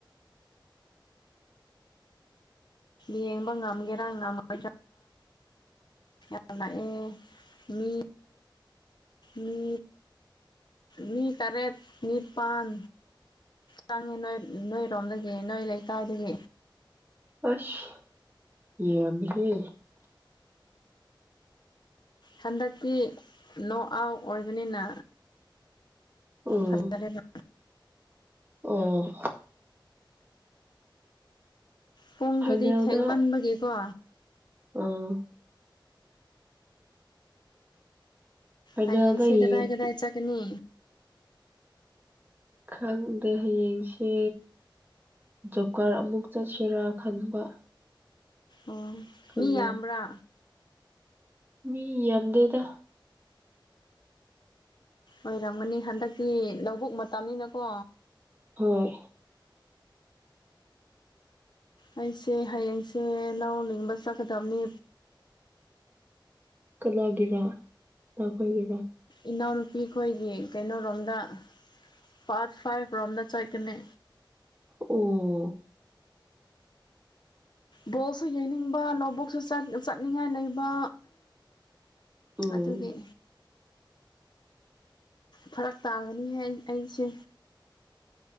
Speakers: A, on the left; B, on the right.
A: ꯌꯦꯡꯕ ꯉꯥꯝꯒꯦꯔ ꯉꯥꯝꯃꫭꯏꯔ ꯌꯥꯝ ꯅꯥꯛꯑꯦ ꯃꯤ ꯃꯤ ꯃꯤ ꯇ꯭ꯔꯦꯠ ꯅꯤꯄꯥꯟ ꯆꯪꯉꯦ ꯅꯣꯏ ꯅꯣꯏꯔꯣꯝꯗꯒꯤ ꯅꯣꯏ ꯂꯩꯀꯥꯏꯗꯒꯤ
B: ꯑꯁ ꯌꯥꯝꯃꯤꯍꯦ
A: ꯍꯟꯗꯛꯇꯤ ꯅꯣ ꯑꯥꯎ ꯑꯣꯏꯕꯅꯤꯅ
B: ꯑꯣ
A: ꯐꯖꯔꯦꯕ
B: ꯑꯣ
A: ꯄꯨꯡꯗꯨꯗꯤ
B: ꯐꯥꯏꯅꯦꯜꯗ
A: ꯊꯦꯡꯃꯟꯕꯒꯤꯀꯣ
B: ꯑꯥ ꯐꯥꯏꯅꯦꯜꯗ
A: ꯍꯌꯦꯡꯁꯦ
B: ꯌꯦꯡ
A: ꯀꯗꯥꯏ ꯀꯗꯥꯏ ꯆꯠꯀꯅꯤ
B: ꯈꯪꯗꯦ ꯍꯌꯦꯡꯁꯦ ꯖꯣꯕ ꯀꯥꯔ ꯑꯃꯨꯛ ꯆꯠꯁꯤꯔꯥ ꯈꯟꯕ
A: ꯑꯣ
B: ꯈꯪꯗꯦ
A: ꯃꯤ ꯌꯥꯝꯕ꯭ꯔꯥ
B: ꯃꯤ ꯌꯥꯝꯗꯦꯗ
A: ꯑꯣꯏꯔꯝꯒꯅꯤ ꯍꯟꯗꯛꯇꯤ ꯂꯧꯕꯨꯛ ꯃꯇꯝꯅꯤꯅꯀꯣ
B: ꯍꯣꯏ
A: ꯑꯩꯁꯦ ꯍꯌꯦꯡꯁꯦ ꯂ ꯂꯤꯡꯕ ꯆꯠꯀꯗꯕꯅꯤ
B: ꯀꯂꯥꯒꯤꯔꯥ ꯅꯥꯈꯣꯏꯒꯤꯔꯥ
A: ꯏꯅꯥꯎꯅꯨꯄꯤ ꯑꯩꯈꯣꯏꯒꯤ ꯀꯩꯅꯣꯔꯣꯝꯗ ꯄꯥꯠ ꯐꯥꯏꯚ ꯔꯣꯝꯗ ꯆꯠꯀꯅꯤ
B: ꯑꯣ
A: ꯕꯣꯛꯁꯨ ꯌꯩꯅꯤꯡꯕ ꯅꯣꯠ ꯕꯣꯛꯁꯨ ꯆꯠꯅꯤꯡꯉꯥꯏ ꯂꯩꯕ
B: ꯎꯝ
A: ꯑꯗꯨꯅꯦ ꯐꯔꯛ ꯇꯥꯒꯅꯤꯍꯦ ꯑꯩ ꯑꯩꯁꯦ